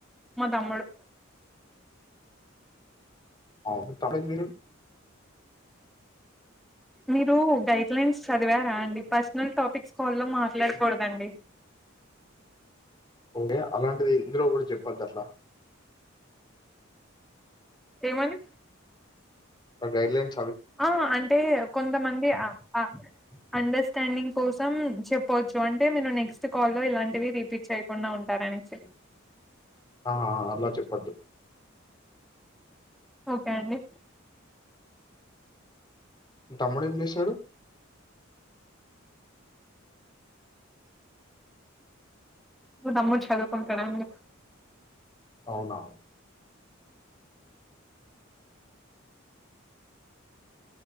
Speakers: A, in the centre; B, on the left.
A: మా తమ్ముడు
B: అ మీ తమ్మిడి మీరు
A: మీరు గైడ్ లైన్స్ చదివారా అండి పర్సనల్ టాపిక్స్ కాల్ లో మాట్లా మాట్లాడకూడదండి
B: ఉంగే అలాంటిది ఇందులో కూడా చెప్పొద్దట్లా
A: ఏ మని
B: ఒక గైడ్లైన్
A: ఆ అంటే కొంతమంది ఆ ఆ అండస్ అండర్స్టాండింగ్ కోసం చెప్పచ్చు అంటే మీరు నెక్స్ట్ కాల్లో ఇలాంటివి రీపీట్ చేయకుండా ఉంటారానేసి
B: ఆ అలా చెప్పద్దు
A: ఓకే అండి
B: మీ తమ్ముడు ఏం చేస్తున్నారు చెడు
A: మా తమ్ముడు చదువుకుంటున్నాడండి
B: అవునావును